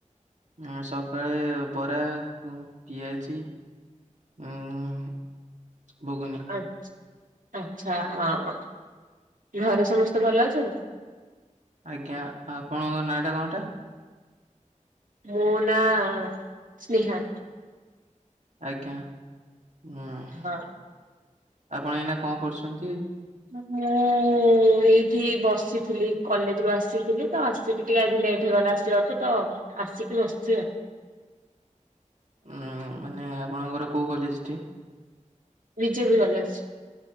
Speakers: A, on the right; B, on the right.
A: ହଁ ସକାଳେ ବରା ପିଆଜି। ଉଁ ଘୁଗୁନି।
B: ଆଚ୍ଛା ହଁ ହଁ ଘରେ ସମସ୍ତେ ଭଲ ଅଛନ୍ତି।
A: ଆଜ୍ଞା ଆପଣଙ୍କ ନାଁଟା କଣଟା?
B: ମୋ ନାଆଁ ସ୍ନେହା।
A: ଆଜ୍ଞା ହୁଁ ଆପଣ
B: ହଁ
A: ଏଇନା କଣ କରୁଛନ୍ତି?
B: ହଁ ମୁଁ ଏଇଠି ବସିଥିଲି କଲେଜରୁୁ ଆସିଥିଲି ତ ଆସିକି ଟିକେ ଆଜି ଲେଟ ହେଇଗଲା ଆସିବାକୁ ତ। ଆସିକି ବସିଛି ଆଉ।
A: ଉଁ ମାନେ ଆପଣଙ୍କର କୋଉ କଲେଜଟି?
B: BJP college.